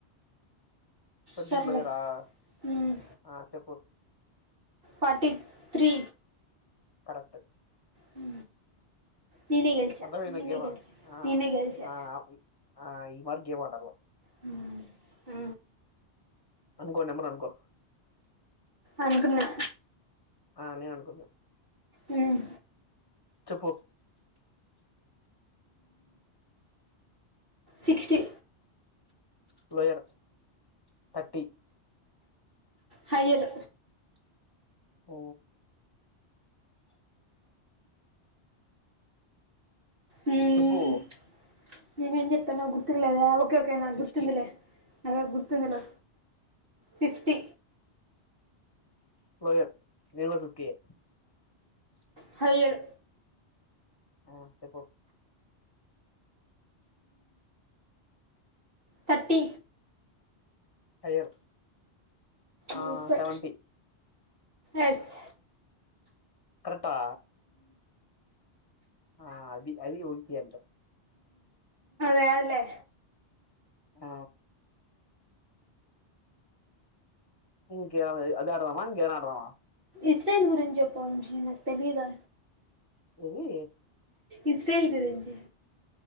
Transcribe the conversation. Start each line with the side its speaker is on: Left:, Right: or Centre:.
Left: ట్వంటీ
Right: సర్లే
Left: కి లోయర్ ఆహ్
Right: మ్మ్.
Left: ఆ చెప్పు
Right: ఫోర్తి త్రి
Left: కరెక్ట్
Right: హ నిన్నేయ్ గెల్చా
Left: అర్థమైందా
Right: గెల్చా నిన్నేయ్
Left: గేమ్
Right: గెల్చా
Left: ఆ
Right: నిన్నేయ్ గెల్చా
Left: ఆ ఆ ఈ మరిగేవాల్వ
Right: ఆ
Left: అనుకో నెంబర్ అనుకో
Right: అనుకున్నా
Left: ఆ నేను అనుకున్న
Right: అమ్
Left: చెప్పు
Right: సిక్స్టీ
Left: లోయర్ థర్టీ
Right: హయ్యర్
Left: ఆ
Right: మ్మ్.
Left: చెబ్బు
Right: నేనేం చెప్తా గుర్తుకులేదు ఆగు ఓకే ఓకే నా
Left: సిక్స్టీ
Right: గుర్తుందలే అదే గుర్ తుందిలే ఫిఫ్టీ
Left: పోయత్ నీను కూడా ఫిఫ్టీ ఏ
Right: ఫైరు
Left: ఆ చెప్పు
Right: థర్టీ
Left: హయర్ ఆ
Right: ముప్పై
Left: సెవెంటీ
Right: ఎస్
Left: కరతా ఆ అది అది ఉగిసియ అంట
Right: ఏదలే
Left: ఆ క అదేడుదమా ఇంకేమన్నా ఆడదామా
Right: ఇస్టైల్ గురించి చెప్పు వంశీ నాకు తెలిదా
Left: ఏవి ఏ
Right: ఇది సేల్ గురించి